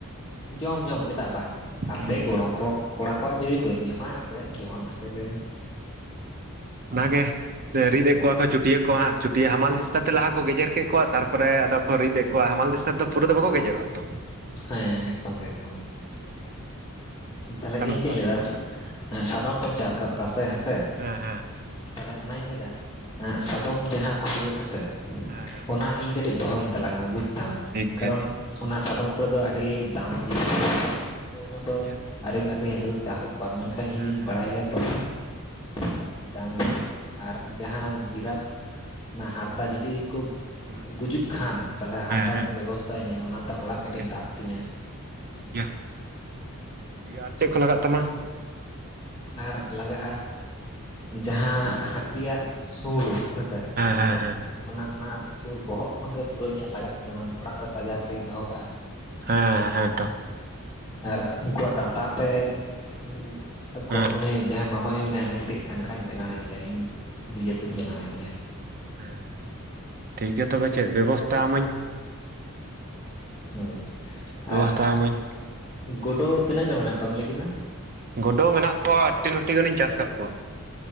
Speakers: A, on the left; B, on the right.
A: ᱡᱚᱢ ᱡᱚᱢ ᱪᱮᱫᱟᱜ ᱵᱟᱝ ᱟᱯᱮ
B: ᱦᱩᱸ
A: ᱜᱚᱲᱚᱢ
B: ᱦᱩᱸ
A: ᱠᱚ ᱠᱚᱲᱟ ᱠᱚᱣᱟᱜ ᱡᱩᱫᱤ ᱵᱟᱹᱧ ᱡᱚᱢᱟ ᱚᱠᱚᱭᱟᱜᱧ ᱡᱚᱢᱟ ᱢᱟᱥᱮ ᱞᱟᱹᱭ ᱢᱮ
B: ᱚᱱᱟ ᱜᱮ ᱨᱤᱫ ᱮᱫ ᱠᱚᱣᱟ ᱠᱚ ᱪᱩᱴᱭᱟᱹ ᱠᱚ ᱦᱟᱸᱜ ᱪᱩᱴᱭᱟᱹ ᱦᱟᱢᱟᱞ ᱫᱤᱥᱛᱟᱛᱮ ᱞᱟᱦᱟ ᱠᱚ ᱜᱮᱡᱮᱨ ᱠᱮᱫ ᱠᱚᱣᱟ ᱛᱟᱨᱯᱚᱨᱮ ᱟᱫᱚ ᱨᱤᱫ ᱮ ᱠᱚᱣᱟ ᱦᱟᱢᱟᱞ ᱫᱤᱥᱛᱟᱛᱮ ᱯᱩᱨᱟᱹ ᱫᱚ ᱵᱟᱠᱚ ᱜᱮᱡᱮᱨᱚᱜᱼᱟ ᱛᱚ
A: ᱦᱮᱸ ᱮᱠᱫᱚᱢ ᱮᱠᱫᱚᱢ
B: ᱦᱩᱸ
A: ᱛᱟᱦᱞᱮ
B: ᱚᱱᱠᱟᱱ
A: ᱤᱧ
B: ᱵᱮᱯᱟᱨ
A: ᱪᱮᱫ ᱤᱧ ᱞᱟᱹᱭᱟ ᱫᱟ ᱥᱟᱫᱚᱢ ᱛᱚᱢ ᱪᱟᱥ ᱟᱠᱟᱫ ᱠᱚ ᱥᱮ ᱦᱮᱸᱥᱮ
B: ᱦᱮᱸ ᱦᱮᱸ
A: ᱛᱟᱦᱚᱞᱮ ᱚᱱᱟᱧ ᱞᱟᱹᱭ ᱫᱟ ᱥᱟᱫᱚᱢ ᱡᱟᱦᱟᱸ ᱠᱷᱩᱨᱟᱹ ᱦᱮᱸᱥᱮ
B: ᱦᱮᱸ ᱦᱮᱸ
A: ᱚᱱᱟ ᱤᱧ ᱠᱟᱹᱴ ᱼᱼ ᱠᱟᱴᱤᱡ ᱫᱚᱦᱚᱧ ᱛᱟᱞᱟᱝ ᱢᱮ ᱵᱩᱡᱽ ᱫᱟᱢ
B: ᱴᱷᱤᱠ ᱜᱮᱭᱟ
A: ᱠᱟᱨᱚᱱ
B: ᱴᱷᱤᱠ
A: ᱚᱱᱟ ᱥᱟᱫᱚᱢ ᱠᱷᱩᱨᱟ. ᱫᱚ ᱟᱹᱰᱤ ᱫᱟᱢᱟᱱ ᱡᱤᱱᱤᱥᱛ ᱚᱱᱟ ᱫᱚ
B: ᱜᱮᱭᱟ
A: ᱟᱹᱰᱤ ᱵᱷᱟᱜᱤ ᱟᱹᱠᱷᱨᱤᱧ ᱥᱩᱫᱩᱢ ᱪᱟᱥᱮᱫ ᱠᱚᱣᱟ ᱢᱮᱱ ᱼᱼ ᱵᱟᱠᱷᱟᱡ ᱤᱧᱫᱚᱩᱧ
B: ᱦᱮᱸ ᱦᱮᱸ
A: ᱵᱟᱲᱟᱭ ᱜᱮᱭᱟ ᱛᱚ ᱵᱟᱹᱲᱛᱤ ᱫᱟᱢ ᱜᱮ ᱟᱨ ᱡᱟᱦᱟᱸ ᱡᱤᱨᱟᱯ ᱚᱱᱟ ᱦᱟᱨᱛᱟ ᱡᱩᱫᱤ ᱠᱚ
B: ᱦᱮᱸ
A: ᱜᱩᱡᱩᱜ ᱠᱷᱟᱱ ᱛᱟᱦᱚᱞᱮ ᱦᱟᱨᱛᱟ
B: ᱦᱮᱸ ᱦᱮᱸ ᱦᱮᱸ
A: ᱠᱟ. ᱴᱤᱡ ᱵᱮᱵᱚᱥᱛᱷᱟ ᱟᱹᱧᱟᱹ ᱚᱱᱟᱛᱮ ᱚᱲᱟᱜ
B: ᱴᱷᱤᱠ
A: ᱠᱟᱹᱴᱤᱡ ᱤᱧ ᱫᱟᱯ ᱛᱤᱧᱟᱹ
B: ᱜᱮᱭᱟ ᱭᱟ ᱟᱨ ᱪᱮᱫ ᱠᱚ ᱞᱟᱜᱟᱜ ᱛᱟᱢᱟ?
A: ᱟᱨ ᱞᱟᱜᱟᱜᱼᱟ ᱡᱟᱦᱟᱸ ᱦᱟᱹᱛᱤᱭᱟᱜ ᱥᱩᱲ ᱦᱮᱸ ᱥᱮ
B: ᱦᱮᱸ ᱦᱮᱸ
A: ᱚᱱᱟ ᱚᱱᱟ ᱥᱩᱲ ᱵᱚᱦᱚᱜ ᱠᱷᱚᱱ ᱜᱮ ᱯᱩᱨᱟᱹ ᱤᱧᱟᱹᱜ ᱞᱟᱜᱟᱜ ᱛᱤᱧᱟᱹ ᱢᱟᱱᱮ ᱚᱲᱟᱜ ᱨᱮ ᱥᱟᱡᱟᱣ ᱠᱟᱛᱮᱤᱧ ᱫᱚᱦᱚ ᱠᱟᱜᱼᱟ
B: ᱦᱮᱸ ᱦᱮᱸ ᱛᱚ
A: ᱟᱨ ᱩᱱᱠᱩᱣᱟᱜ ᱫᱟᱛᱟ ᱛᱮ ᱤᱧ ᱜᱚᱜ
B: ᱦᱮᱸ
A: ᱩᱱᱤ ᱡᱟᱦᱟᱸᱭ ᱢᱟᱢᱟᱭᱳ ᱢᱮᱱᱟᱭᱟ ᱩᱱᱤ ᱠᱟᱴᱤᱡ ᱥᱟᱝᱠᱷᱟᱧ ᱵᱮᱱᱟᱣ ᱠᱮᱭᱟ ᱤᱧ ᱱᱤᱡᱮᱛᱮᱧ ᱵᱮᱱᱟᱣᱮ ᱠᱮᱭᱟ
B: ᱦᱩᱸ ᱴᱷᱤᱠ ᱜᱮᱭᱟ ᱛᱚᱵᱮ ᱪᱮᱫ ᱵᱮᱵᱚᱥᱛᱟ ᱟᱢᱟᱹᱧ
A: ᱦᱳᱭ
B: ᱵᱮᱵᱚᱥᱛᱷᱟ
A: ᱟᱨ
B: ᱟᱹᱢᱟᱹᱧ
A: ᱜᱩᱰᱩ ᱛᱤᱱᱟᱹᱜ ᱜᱟᱱ ᱢᱮᱱᱟᱜ ᱠᱚᱭᱟ ᱞᱟᱹᱭ ᱠᱮᱫᱟ
B: ᱜᱚᱰᱩ ᱢᱮᱱᱟᱜ ᱠᱚᱣᱟ ᱟᱴᱤ ᱱᱚᱴᱤ ᱜᱟᱱᱤᱧ ᱪᱟᱥ ᱟᱠᱟᱫ ᱠᱚᱣᱟ